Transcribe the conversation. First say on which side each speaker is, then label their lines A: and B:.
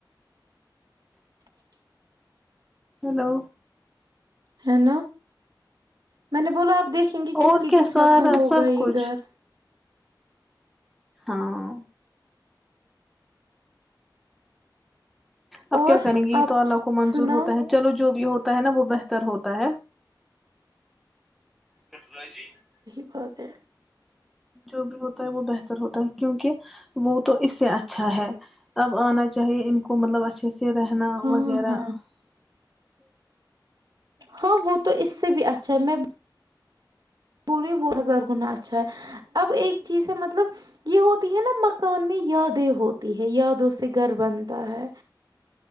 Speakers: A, on the right; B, in the centre.
A: <unintelligible>
B: ہلو
A: ہے نا میں نے بلاو آپ دیکھیں گے کس
B: اور
A: کی
B: کیا
A: قسمت
B: سارا
A: میں ہوگا
B: سب
A: یہ
B: کچھ
A: گھر
B: ہاں اب
A: اور
B: کیا کریں گے یہ
A: آپ
B: تو اللہ کو منظور
A: سنا
B: ہوتا ہے چلو جو بھی ہوتا ہے نا وہ بہتر ہوتا ہے ٹیکنالوجی <unintelligible>
A: بہت <unintelligible>
B: جو بھی ہوتا ہے وہ بہتر ہوتا ہے کیونکہ وہ تو اس سے اچھا ہے اب آنا چاہیے ان کو مطلب ا اچھے سے رہنا
A: ہاں
B: وغیرہ
A: ہاں
B: جی <unintelligible>
A: ہاں وہ تو اس سے بھی اچھا ہے میں بلیے وہ ہزار گنااہ اچھا ہے اب ایک چیز ہے مطلب یہ ہوتی ہے نا مکان میں یادیں ہوتی ہے یادوں سے گھر بنتا ہے